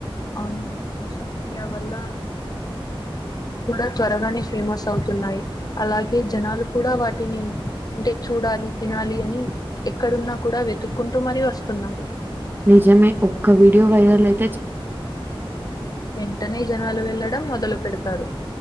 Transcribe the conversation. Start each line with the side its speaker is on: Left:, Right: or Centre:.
Left: అవునండి సోషల్ మీడియా వల్ల కూడా త్వరగానే ఫేమస్ అవుతున్నాయి అలాగే జనాలు కూడా వాటిని అంటే చూడాలి తినాలి అని ఎక్కడున్నా కూడా వెతుక్కుంటూ మరీ వస్తున్నారు
Right: నిజమే ఒక్క వీడియో వైరల్ అయి
Left: వెంటనే జనాలు వెళ్ళడం మొదలు పెడతారు